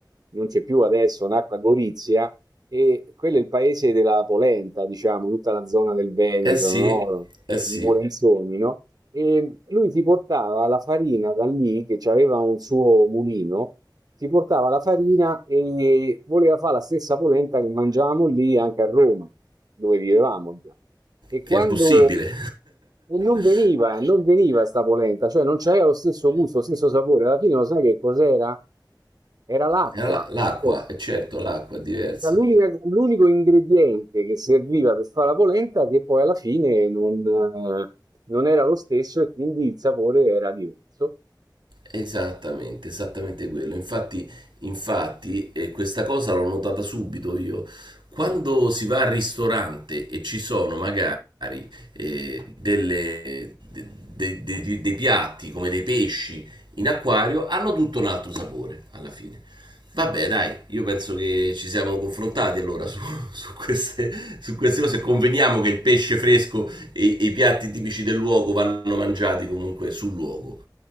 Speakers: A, on the right (about 55°); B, on the right (about 85°).
A: non c'è più adesso, nacque a Gorizia e quello è il paese della polenta, diciamo, tutta la zona del Veneto,
B: eh sì,
A: no?
B: eh sì,
A: I polenzoni, no? E lui ti portava la farina da lì, che aveva un suo mulino, ti portava la farina e voleva fare la stessa polenta che mangiavamo lì anche a Roma, dove vivevamo e
B: che
A: quando
B: è impossibile.
A: e non
B: <laughs>
A: veniva, non veniva sta polenta, cioè non c'aveva lo stesso gusto, lo stesso sapore. Alla fine lo sai che cos'era? Era l'acqua.
B: Eh, la- L'acqua,
A: Cioè,
B: è certo, l'acqua è diversa.
A: era l'unica- l'unico ingrediente che serviva per fare la polenta che poi alla fine non, eh, non era lo stesso e quindi il sapore era diverso.
B: Esattamente, esattamente quello. Infatti, infatti, eh, questa cosa l'ho notata subito io. Quando si va al ristorante e ci sono magari eh, delle- de- de- de- dei piatti come dei pesci in acquario, hanno tutto un altro sapore alla fine. Vabbè, dai, io penso che ci siamo confrontati allora su, <laughs> su queste, su queste cose. Conveniamo che il pesce fresco e, e i piatti tipici del luogo vanno mangiati comunque sul luogo.